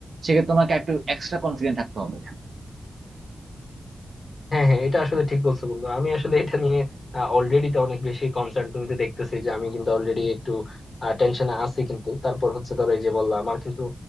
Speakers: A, on the right; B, on the left.
A: সেক্ষেত্রে তোমাকে একটু এক্সট্রা কনফিডেন্ট থাকতে হবে
B: হ্যাঁ হ্যাঁ এটা আসলে ঠিক বলছো বন্ধু আমি আসলে এটা নিয়ে অলরেডি তো অনেক বেশি কনসার্ন তুমি তো দেখতেছি যে আমি কিন্তু অলরেডি একটু টেনশনে আছি কিন্তু তারপর হচ্ছে ধরো এই যে বললাম আমার কিন্তু